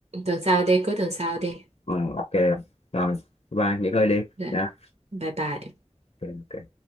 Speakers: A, on the right (about 75°); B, on the left (about 65°).
A: Tuần sau đi, cuối tuần sau đi.
B: Ờ, ok rồi bye nghỉ ngơi đi
A: Rồi,
B: nha
A: Bye bye.
B: Ok. ok.